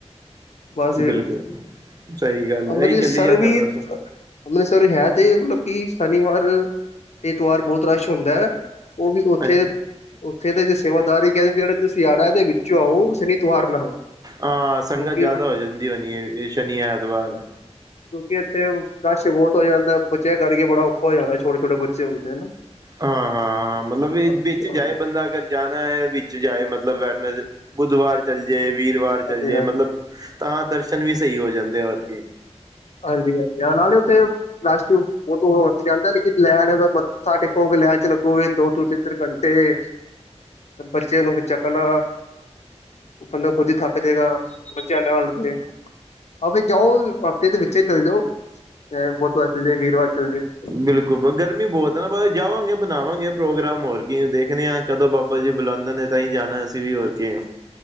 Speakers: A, on the left; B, on the right.
A: ਬਸ,
B: ਬਿਲਕੁਲ ਸਹੀ ਗੱਲ
A: ਅੰਮ੍ਰਿਤਸਰ
B: ਹੈ ਇਹੀ ਚੱਲੀ ਜਾਂਦਾ
A: ਵੀ।
B: ਬਸ
A: ਅੰਮ੍ਰਿਤਸਰ ਹੈ ਤੇ ਮਤਲਬ ਕਿ ਸ਼ਨੀਵਾਰ ਏਤਵਾਰ ਬਹੁਤ ਰਸ਼ ਹੁੰਦਾ ਹੈ। ਉਹ ਵੀ
B: ਅ-
A: ਉੱਥੇ। ਉੱਥੇ ਦੇ ਜੇ ਸੇਵਾਦਾਰੀ ਕਹਿੰਦੇ ਜਿਹੜੇ ਤੁਸੀਂ ਆਉਣਾ ਤੇ ਵਿੱਚੋਂ ਆਓ ਸ਼ਨੀ ਏਤਵਾਰ ਨਾ ਆਓ।
B: ਹਾਂ ਸੰਗਤ
A: ਕਿਉਂਕਿ
B: ਜ਼ਿਆਦਾ ਹੋ ਜਾਂਦੀ ਹੋਣੀ ਹੈ ਸ਼ਨੀ ਐਤਵਾਰ।
A: ਕਿਉਂਕਿ ਇੱਥੇ ਰਸ਼ ਬਹੁਤ ਹੋ ਜਾਂਦਾ, ਬੱਚਿਆਂ ਕਰਕੇ ਬੜਾ ਔਖਾ ਹੋ ਜਾਂਦਾ, ਛੋਟੇ ਛੋਟੇ ਬੱਚੇ। ਬੱਚੇ ਹੁੰਦੇ ਹਨਾ।
B: ਹਾਂ ਹਾਂ ਹਾਂ ਮਤਲਬ ਇਹ
A: ਹਾਂਜੀ
B: ਵਿੱਚ
A: ਹਾਂਜੀ
B: ਜਾਏ ਬੰਦਾ ਅਗਰ। ਜਾਣਾ ਹੈ ਵਿੱਚ ਜਾਏ ਮਤਲਬ ਵੈਰਨ ਬੁੱਧਵਾਰ ਚੱਲ ਜੇ ਵੀਰਵਾਰ
A: ਹਾਂਜੀ
B: ਚੱਲ ਜੇ ਮਤਲਬ। ਤਾਂ ਦਰਸ਼ਨ ਵੀ ਸਹੀ ਹੋ ਜਾਂਦੇ ਆ ਹੋਰ ਕੀ
A: ਹਾਂਜੀ ਹਾਂਜੀ ਹਾਂ ਨਾਲੇ ਉੱਥੇ ਨਾਸ਼ਤੂ। ਉਹ ਤਾਂ ਹੋ ਤੇ ਜਾਂਦਾ ਲੇਕਿਨ ਲੈਣ ਅਰ ਮੱਥਾ ਟੇਕੋਗੇ ਲੈਣ ਚ ਲੱਗੋਗੇ ਦੋ ਤੋ ਤਿੰਨ ਤਿੰਨ ਘੰਟੇ। ਬੱਚਿਆਂ ਨੂੰ ਚੱਕਣਾ ਬੰਦਾ ਖੁਦ ਹੀ ਥੱਕ ਜਾਵੇਗਾ। ਬੱਚਿਆਂ ਨਾਲ ਤੇ, ਆ ਫਿਰ ਜਾਓ ਹਫਤੇ ਦੇ ਵਿੱਚ। ਛੇ ਚੱਲ ਜਾ ਹੋ ਬੁਧਵਾਰ ਚੱਲ ਜਾ ਵੀਰਵਾਰ ਚੱਲ ਜਾ।
B: ਬਿਲਕੁਲ ਗਰਮੀ ਬਹੁਤ ਹੈ ਨਾ ਬਾਹਰ ਜਾਵਾਂਗੇ ਬਣਾਵਾਂਗੇ ਪ੍ਰੋਗਰਾਮ ਹੋਰ ਕੀ ਦੇਖਣੇ ਆ। ਕਦੋਂ ਬਾਬਾ ਜੀ
A: ਹਾਂਜੀ
B: ਬੁਲਾਉਂਦੇ ਨੇ ਤਾਂ ਹੀ ਜਾਣਾ ਅਸੀਂ ਵੀ ਹੋਰ ਕੇ।